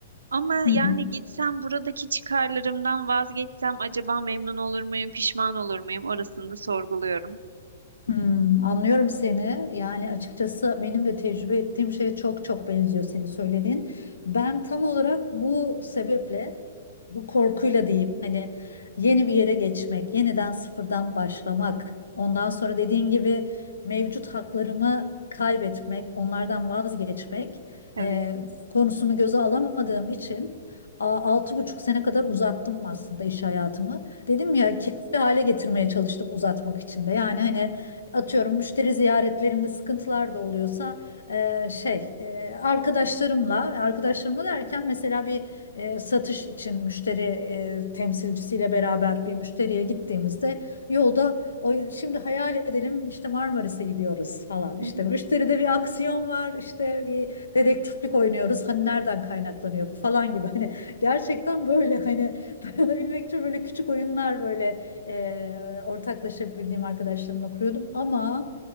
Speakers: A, on the right; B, on the left.
A: Ama
B: Hı
A: yani
B: hı.
A: gitsem buradaki çıkarlarımdan vazgeçsem acaba memnun olur muyum, pişman olur muyum? Orasını da sorguluyorum.
B: Hmm, anlıyorum seni. Yani açıkçası benim de tecrübe ettiğim şeye çok çok benziyor senin söylediğin. Ben tam olarak bu sebeple bu korkuyla diyeyim hani yeni bir yere geçmek, yeniden sıfırdan başlamak, ondan sonra dediğin gibi mevcut haklarımı kaybetmek, onlardan vazgeçmek
A: Evet.
B: e, konusunu göze alamadığım için a- altı buçuk sene kadar uzattım aslında iş hayatımı. Dedim ya keyifli hale getirmeye çalıştım uzatmak için de. Yani hani atıyorum müşteri ziyaretlerinde sıkıntılar da oluyorsa e, şey e, arkadaşlarımla arkadaşlarımla derken mesela bir e, satış için müşteri e, temsilcisiyle beraber bir müşteriye gittiğimizde yolda o şimdi hayal edelim işte Marmaris'e gidiyoruz falan işte
A: Hı hı.
B: müşteride bir aksiyon var işte bir dedektiflik oynuyoruz hani nereden kaynaklanıyor bu falan gibi hani gerçekten böyle hani dayanabilmek için böyle küçük oyunlar böyle e, ortaklaşabildiğim arkadaşlarımla kuruyordum ama